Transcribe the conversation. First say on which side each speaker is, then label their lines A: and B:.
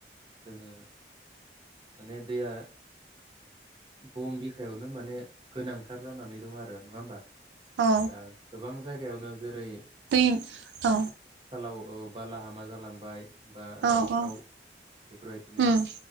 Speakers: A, on the right; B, on the right.
A: जोङो माने दैया बुहुम बिखायावनो माने गोनांथार जानानै दं आरो। नङा होमबा?
B: औ
A: दा गोबां जायगायावनो जेरै
B: दै औ
A: औ औ बालाहामा जालांबाय बा रानस्राव
B: औ औ
A: बेफोरबायदिनो
B: उम